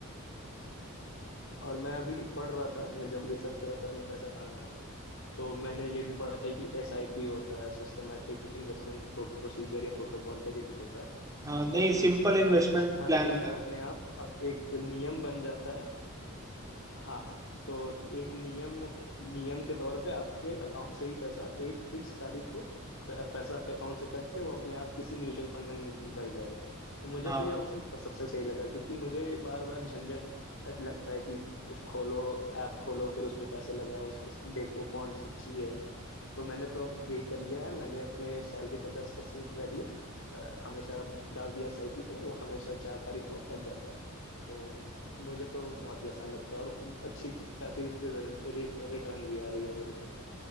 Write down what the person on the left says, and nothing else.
और मैं अभी पढ़ रहा था मैं जब रिसर्च कर रहा था अपना पैसा कहाँ लगाऊं तो मैंने ये भी पढ़ा था कि एसआईपी होता है सिस्टमेटिक इन्वेस्टमेंट प्रोसीजर या प्रोटोकॉल करके कुछ होता है
तो उस
हर
महीना
अपने
आप अब एक नियम बन जाता है हाँ हाँ तो एक नियम नियम के तौर पे आपके अकाउंट से ही पैसा एक फिक्स तारीख को प- पैसा आपके अकाउंट से कट के वो अपने आप किसी म्यूचुअल फंड में नि- डल जाएगा तो मुझे
तो ये ऑप्शन सबसे सही लगा क्योंकि मुझे बार बार झंझट लगता है कि खोलो ऐप खोलो फिर उस पर पैसे लगाओ उस पर देखो कौन सी अच्छी है तो मैंने तो अब यही कर लिया है मैंने अपने सैलरी का दस परसेंट वैल्यू हमेशा डाल दिया एसआईपी पे वो हमेशा चार तारीख को कट जाता है तो अ, मुझे तो बहुत ही आसान लगता है और अच्छी खासी रिटर्न भी आ रही है मेरी तो